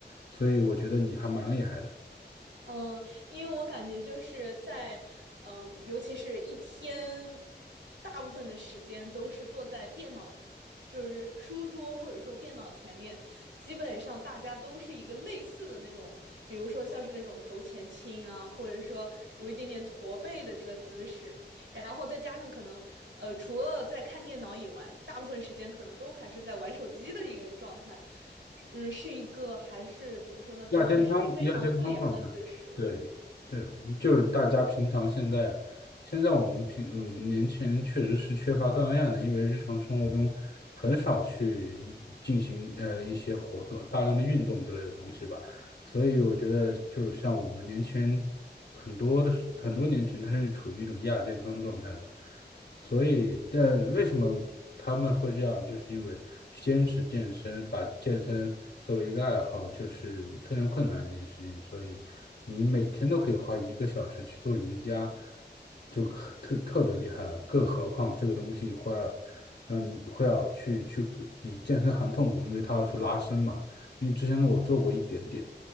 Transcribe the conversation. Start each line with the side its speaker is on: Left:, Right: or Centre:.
Left: 所以我觉得你还蛮厉害的。
Right: 嗯，因为我感觉就是在，嗯，尤其是一天，大部分的时间都是坐在电脑，就是书桌或者说电脑前面，基本上大家都是一个类似的那种，比如说像是那种头前倾啊，或者说有一点点驼背的这个姿势。然后再加上可能，呃，除了在看电脑以外，大部分时间可能都还是在玩手机的一个状态，是嗯，是一个还是怎么说呢？整体是非常不良的姿势。
Left: 亚健康亚健康状态，对对，就是大家平常现在，现在我们平呃我们年轻人确实是缺乏锻炼的，因为日常生活中很少去进行呃一些活动，大量的运动之类的东西吧，所以我觉得就是像我们年轻人很多的很多年轻人他是处于一种亚健康状态的，所以，但为什么他们会这样？就是因为去坚持健身，把健身作为一个爱好，就是非常困难一件事情。所以，你每天都可以花一个小时去做瑜伽，就可特特别厉害了。更何况这个东西会要让你会要去去比健身还痛苦，因为它要去拉伸嘛。因为之前我做过一点点，